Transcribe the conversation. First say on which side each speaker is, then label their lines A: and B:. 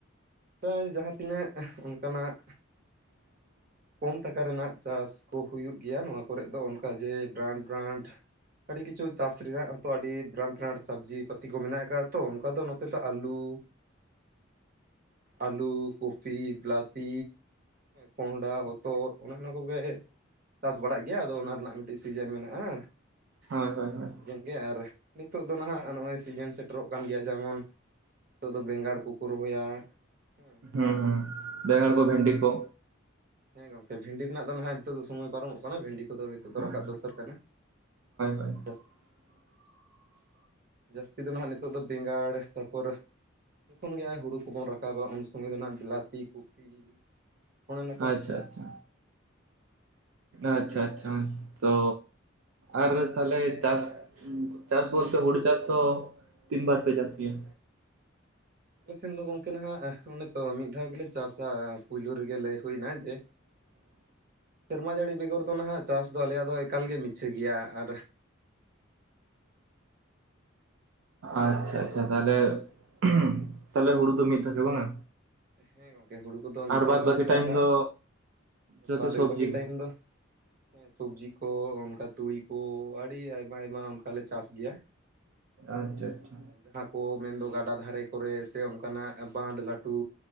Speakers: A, on the right; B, on the right.
A: ᱯᱨᱟᱭ ᱡᱟᱦᱟᱸ ᱛᱤᱱᱟᱹᱜ ᱚᱱᱠᱟᱱᱟᱜ
B: <inaudible>
A: ᱠᱚᱢ ᱴᱟᱠᱟ ᱨᱮᱱᱟᱜ ᱪᱟᱥ ᱠᱚ ᱦᱩᱭᱩᱜ ᱜᱮᱭᱟ ᱱᱚᱣᱟ ᱠᱚᱨᱮᱫ ᱫᱚ ᱚᱱᱠᱟ ᱡᱮ ᱵᱨᱟᱱᱰ ᱵᱨᱟᱱᱰ ᱟᱹᱰᱤ ᱠᱤᱪᱷᱩ ᱪᱟᱥ ᱨᱮᱱᱟᱜᱚ ᱟᱹᱰᱤ ᱵᱨᱟᱱᱰ ᱵᱨᱟᱱᱰ ᱥᱟᱹᱵᱽᱡᱤ ᱯᱟᱹᱛᱤ ᱠᱚ ᱢᱮᱱᱟᱜ ᱟᱠᱟᱜ-ᱟ ᱛᱚ ᱚᱱᱠᱟ ᱫᱚ ᱱᱚ ᱛᱮ ᱫᱚ ᱟᱞᱩ ᱟᱹᱞᱩ, ᱠᱩᱯᱷ, ᱵᱞᱟᱛᱤ, ᱠᱚᱸᱦᱰᱟ, ᱦᱚᱛᱫ ᱚᱱᱮ ᱚᱱᱟ ᱠᱚᱜᱮ ᱪᱟᱥ ᱵᱟᱲᱟᱜ ᱜᱮᱭᱟ ᱟᱫᱚ ᱚᱱᱟ ᱨᱮᱱᱟᱜ ᱢᱤᱴᱤᱡ ᱥᱤᱡᱮᱱ ᱢᱮᱱᱟᱜ-ᱟ
B: ᱦᱳᱭ ᱦᱳᱭ
A: ᱥᱤᱡᱮᱱ
B: ᱦᱳᱭ
A: ᱥᱤᱡᱮᱱ ᱜᱮ ᱟᱨ ᱱᱤᱛᱚᱜ ᱫᱚ ᱱᱟᱦᱟᱜ ᱱᱚᱜ-ᱚᱭ ᱥᱤᱡᱮᱱ ᱥᱮᱴᱮᱨᱚᱜ ᱠᱟᱱ ᱜᱮᱭᱟ ᱡᱮᱢᱚᱱ ᱛᱳᱜ ᱫᱚ ᱵᱮᱸᱜᱟᱲ ᱠᱚᱠᱚ ᱨᱚᱦᱚᱭᱟ ᱦᱮᱸ
B: ᱩᱸ ᱵᱮᱸᱜᱟᱲ ᱠᱚ, ᱵᱷᱮᱱᱰᱤ ᱠᱚ
A: ᱦᱮᱸ ᱜᱚᱝᱠᱮ ᱵᱷᱤᱱᱰᱤ ᱨᱮᱱᱟᱜ ᱫᱚ ᱱᱟᱦᱟᱜ ᱱᱤᱛᱚᱜ ᱫᱚ ᱥᱩᱢᱚᱭ ᱯᱟᱨᱚᱢᱚᱜ ᱠᱟᱱᱟ ᱵᱷᱤᱱᱰᱤ ᱠᱚᱫᱚ ᱱᱤᱛᱚᱜ ᱫᱚ
B: ᱦᱳᱭ
A: ᱨᱟᱠᱟᱵ ᱫᱚᱨᱠᱟᱨ ᱠᱟᱱᱟ᱾
B: ᱦᱳᱭ
A: ᱫᱚᱥ
B: <inaudible>
A: ᱡᱟᱹᱥᱛᱤ ᱫᱚ ᱱᱦᱟᱜ ᱱᱤᱛᱚᱜ ᱫᱚ ᱵᱮᱸᱜᱟᱲ ᱛᱟᱯᱚᱨ ᱡᱚᱠᱷᱚᱱ ᱜᱮ ᱟ ᱦᱩᱲᱩ ᱠᱚᱵᱚᱱ ᱨᱟᱠᱟᱵᱟ ᱩᱱ ᱥᱩᱢᱚᱭ ᱫᱚ ᱱᱟᱜ ᱵᱮᱞᱟᱛᱤ, ᱠᱩᱯᱤ ᱚᱱᱮ ᱱᱟ
B: ᱟᱪᱷᱟ ᱟᱪᱷᱟ ᱟᱪᱷᱟ ᱟᱪᱷᱟ ᱛᱚ ᱟᱨ ᱛᱟᱦᱞᱮ ᱪᱟᱥ ᱪᱟᱥ ᱵᱟᱥ ᱛᱚ ᱦᱩᱲᱩ ᱪᱟᱥ ᱫᱚ ᱛᱤᱱ ᱵᱟᱨ ᱯᱮ ᱪᱟᱥ ᱜᱮᱭᱟ?
A: ᱟᱞᱮ ᱥᱮᱱ ᱫᱚ ᱜᱚᱝᱠᱮ ᱱᱟᱦᱟᱜ ᱚᱱᱮ ᱛᱚ ᱢᱤᱫ ᱫᱷᱟᱣ ᱜᱮᱞᱮ ᱪᱟᱥᱟ ᱯᱩᱭᱞᱩ ᱨᱮᱜᱮ ᱞᱟᱹᱭ ᱦᱩᱭᱱᱟ ᱡᱮ
B: <inaudible>
A: ᱥᱮᱨᱢᱟ ᱡᱟᱹᱲᱤ ᱵᱮᱜᱚᱨ ᱫᱚ ᱱᱟᱦᱟᱜ ᱪᱟᱥ ᱫᱚ ᱟᱞᱮᱭᱟᱜ ᱫᱚ ᱮᱠᱟᱞ ᱜᱮ ᱢᱤᱪᱷᱟᱹ ᱜᱮᱭᱟ, ᱟᱨ
B: ᱟᱪᱪᱷᱟ ᱟᱪᱪᱷᱟ ᱛᱟᱦᱞᱮ ᱩᱦᱩᱸ ᱛᱟᱦᱞᱮ ᱦᱩᱲᱩ ᱫᱚ ᱢᱤᱫ ᱛᱷᱟᱠᱮ ᱵᱟᱝᱟ
A: ᱦᱮᱸ ᱜᱚᱝᱠᱮ ᱦᱩᱲᱩ ᱠᱚᱫᱚ ᱢᱤᱫ
B: ᱟᱨ ᱵᱟᱫ
A: ᱫᱷᱟᱣ ᱜᱮᱞᱮ
B: ᱵᱟᱹᱠᱤ
A: ᱪᱟᱥᱟ᱾
B: ᱴᱟᱭᱤᱢ ᱫᱚ ᱡᱚᱛᱚ
A: ᱵᱟᱫ
B: ᱥᱚᱵᱽᱡᱤ
A: ᱜᱮ ᱵᱟᱹᱠᱤ ᱴᱟᱭᱤᱢ ᱫᱚ ᱦᱮᱸ ᱥᱚᱵᱽᱡᱤ ᱠᱚ ᱚᱱᱠᱟ ᱛᱩᱲᱤ ᱠᱚ ᱟᱹᱰᱤ ᱟᱭᱢᱟ ᱟᱭᱢᱟ ᱚᱱᱠᱟᱞᱮ ᱪᱟᱥ ᱜᱮᱭᱟ᱾
B: ᱟᱪᱪᱷᱟ ᱟᱪᱪᱷᱟ
A: ᱡᱟᱦᱟᱸ ᱠᱚ ᱢᱮᱱᱫᱚ ᱜᱟᱰᱟ ᱫᱷᱟᱨᱮ ᱠᱚᱨᱮ ᱥᱮ ᱚᱱᱠᱟᱱᱟᱜ ᱵᱟᱸᱫᱽ ᱞᱟᱹᱴᱩ